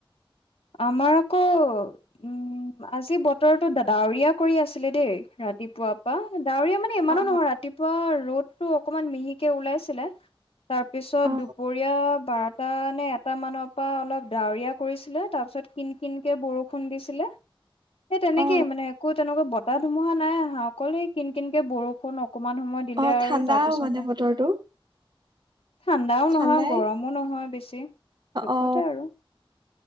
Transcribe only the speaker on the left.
আমাৰ আকৌ, উম, আজি বতৰটো ডাৱৰীয়া কৰি আছিলে দেই, ৰাতিপুৱা পা ডাৱৰীয়া মানে ইমানো
নহয় ৰাতিপুৱা ৰ'দ তটো অকমান মিহিকে ওলাইছিলে। তাৰপিছত
দুপৰীয়া বা তানে এটা মানৰ পৰা অলপ ডাৱৰীয়া কৰিছিলে। তাৰপিছত, কিন-কিনকে বৰষুণ দিছিলে। সেই তেনেকেই
মানে একো তেনেকা ব বতাহ-ধুমুহা নাই অহা, অকল এই কিন- কিনকে বৰষুণ অকমান সময় দিলে
আৰু
তাৰপিছত
নাই,
ঠাণ্ডাও
নহয়, গৰমো নহয় বেছি, জোখতে
আৰু